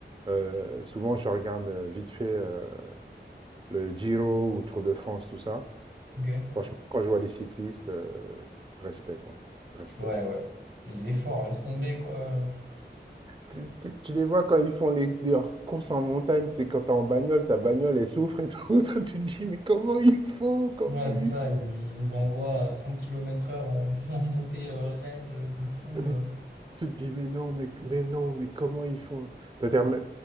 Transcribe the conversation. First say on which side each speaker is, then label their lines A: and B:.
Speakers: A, on the right (about 25°); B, on the right (about 85°).
A: euh, souvent, je regarde euh, vite fait euh, le Giro ou Tour de France, tout ça.
B: Ok.
A: Franchement, quand je vois les cyclistes, euh, respect, quoi. Respect.
B: Ouais, ouais. Les efforts, laisse tomber, quoi.
A: Tu, tu- tu les vois quand ils font les, leurs courses en montagne, tu sais, quand t'es en bagnole, ta bagnole, elle souffre et tout. <laughs> Toi, tu te dis, mais comment ils font? Comment
B: Ouais,
A: ils
B: c'est ça,
A: font?
B: ils envoient à 30 km heure en, <laughs> en montée euh, raide, euh, de fou.
A: Mais
B: euh.
A: tu, tu te dis, mais non, mais, mais non, mais comment ils font? C'est-à-dire, mais,